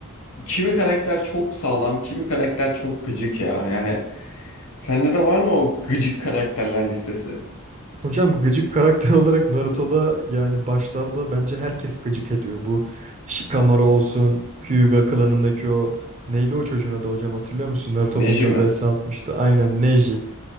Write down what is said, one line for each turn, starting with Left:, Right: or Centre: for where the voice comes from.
Left: kimi karakter çok sağlam, kimi karakter çok gıcık ya. Yani sende de var mı o gıcık karakterler listesi?
Right: Hocam gıcık karakter <laughs> olarak Naruto'da yani başlarda bence herkes gıcık ediyor. Bu Shikamaru olsun, Hyuga klanındaki o neydi o çocuğun adı hocam hatırlıyor musun? Naruto
Left: Nejime.
Right: bununla vs atmıştı. Aynen Neji.